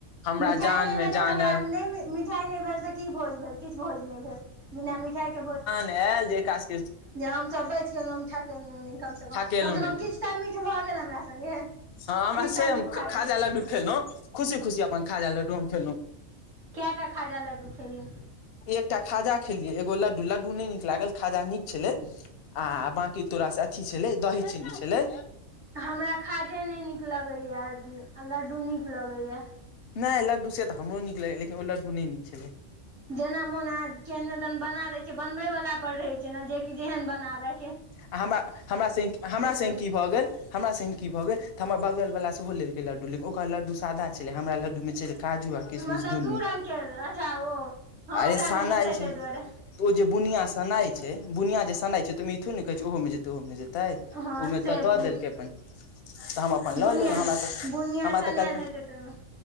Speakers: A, on the left; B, on the right.
A: हमरा
B: मिठाइ
A: जान
B: नहि
A: मे
B: भेलै
A: जान
B: तऽ ओकरा
A: आयल
B: नहि मिठाइ नहि भेल तऽ की भोज भेल किछ भोज नहि भेल बिना मिठाइके भोज
A: नल जे काज <unintelligible>
B: जे हमसब बचि केलहुँ हम ठकेलहुँ कमसँ कम
A: ठकेलहुँ
B: कम से
A: नहि
B: कम किछु टा मीठ भऽ गेल हमरा सङ्गे
A: हँ हमरा
B: किछु तऽ
A: से हम
B: मीठ खा
A: खाजा
B: लेब
A: लड्डू खेलहुँ खुशी खुशी अपन खाजा लड्डू हम खेलो
B: कयटा खाजा लड्डू खेलीय
A: एकटा खाजा खेलियै एगो लड्डू लड्डू नहि नीक लागल खाजा नीक छलै आ बकी तोराासँ अथी छलै दही चीनी छलै।
B: तऽ हमरा खाजे नहि नीक लगैया लड्डू नीक लगैय
A: नहि लड्डू से तऽ हमरो नीक लगैए लेकिन ओ लड्डू नहि नीक छलै।
B: जेना मोन आज केहने दन बना देे छै बनवे वाला पर रहे छै ने जे कि जेहन बनाबे
A: आ हमरा हमरा संगे हमरा संगे
B: दुआरे
A: की भऽ गेल हमरा संगे की भऽ गेल तऽ हमर बगल बला सेहो लेलकै लड्डू लेक ओकर लड्डू सादा छलै हमरा लड्डूमे चल काजू आ किशमिश
B: मतलब
A: दुनू
B: दू रंग के अच्छा ओ हँ
A: अरे
B: ओकरा
A: सनाइ
B: मे हेतै
A: छै
B: ताहि दुआरे
A: तो जे बुनिया सनाइ छै बुनिया जे सनाइ छै त ओमे जेै ओहोमे जेतै
B: हँ
A: ओमे
B: से
A: तऽ दऽ
B: बुन
A: देलकै अपन तऽ हम <unintelligible> अपन लऽ
B: बुनिया
A: ललेम हमरा त
B: बुनिया
A: हमरा
B: सनायल
A: तऽ कल
B: हेतै तमे